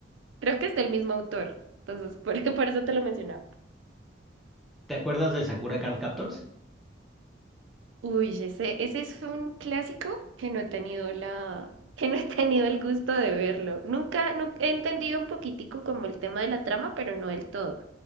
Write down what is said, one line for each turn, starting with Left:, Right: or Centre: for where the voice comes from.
Right: Creo que es del mismo autor. Entonces, por, <laughs> por eso te lo mencionaba.
Centre: ¿Te acuerdas de Sakura Card Captors?
Right: Uy, ese, ese es un clásico que no he tenido la, que no he tenido el gusto de verlo. Nunca, nunca he entendido un poquitico como el tema de la trama, pero no del todo.